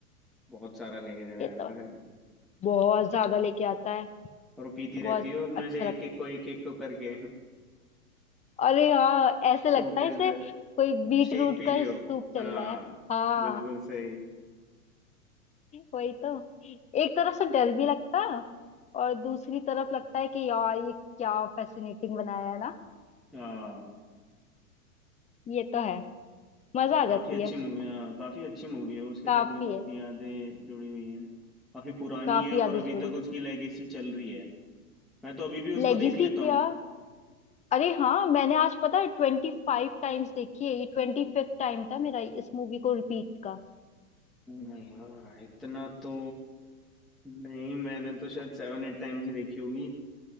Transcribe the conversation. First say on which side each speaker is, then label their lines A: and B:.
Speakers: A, in the centre; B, on the left.
A: बहुत सारा लेके चला
B: ये तो
A: जाता है
B: बहुत ज्यादा लेके आता है
A: और वो पीती
B: बहुत
A: रहती है उसमें
B: अच्छा
A: से
B: लगता
A: एक एक को
B: है
A: एक एक को करके <laughs>
B: अरे हाँ ऐसे लगता
A: सूप जैसे
B: है जैसे कोई बीट
A: शेक
B: रूट
A: पी
B: का
A: रही हो
B: सूप चल
A: हाँ
B: रहा है हाँ
A: बिल्कुल सही
B: वही तो एक तरफ से डर भी लगता है और दूसरी तरफ लगता है कि यार ये क्या फैसिनेटिंग बनाया है ना
A: हाँ
B: ये तो है मजा आ
A: काफी
B: जाती
A: अच्छी
B: है
A: मूवी हाँ काफी अच्छी मूवी है उसके
B: काफी
A: साथ भी काफी
B: है
A: यादें जुड़ी हुई हैं काफी पुरानी
B: काफी
A: है और
B: यादें
A: अभी
B: जुड़ी
A: तक उसकी लेगेसी चल रही है मैं तो अभी भी उसको
B: लेगेसी
A: देख लेता
B: क्या
A: हूँ
B: अरे हाँ मैंने आज पता है ट्वेंटी फाइव टाइम्स देखी है ये ट्वेंटी फिफ्थ टाइम था मेरा इस मूवी को रिपीट का
A: नहीं यार इतना तो नहीं मैंने तो शायद सेवन एट टाइम्स ही देखी होगी